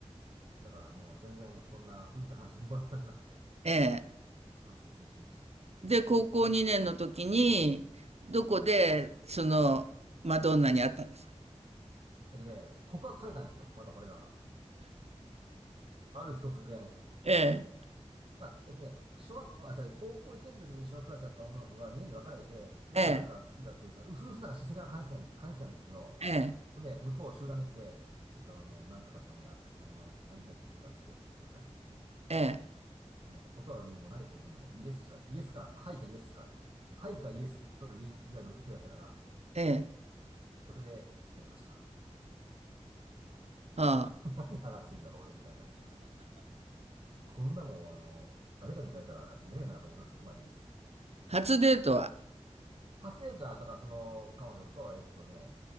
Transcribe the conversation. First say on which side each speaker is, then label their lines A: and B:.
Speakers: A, on the right; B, on the right.
A: だからもう全然そんな浮いた話全くなくて、
B: ええ。
A: バスケ青春でした。
B: で、高校2年の時に、どこで、その、マドンナに会ったんですか
A: えっとね、告白されたんですよ。またこれが。ある日突然。
B: ええ、
A: まあ、えっとね、小学校、あ、じゃ高校1年の時に一緒のクラスだった女の子が2年で別れて、でもなんか好きだっていうと、
B: ええ、
A: うすうすなんか視線は感じてた、感じてたんですけど、
B: ええ、
A: ほんで、向こう集団で来て、ちょっとあの、なんとかちゃんが、あの、会いたいって言ってるからっつって告白されて、
B: ええ、
A: もう断る理由もないですよね。ほんなもうイエスしかないです。イエスか、はいかイエスか、はいかイエスと言えるぐらいの勢いだったから、
B: ええ、
A: それで付き合いました。
B: はあ。
A: <laughs> 何話してんだろう、俺みたいな。こんなもん、あの、誰かに聞かれたら嫌やなと思いますけど、まあいいです。
B: 初デートは、
A: 初デートは、だからその彼女と、えっとね、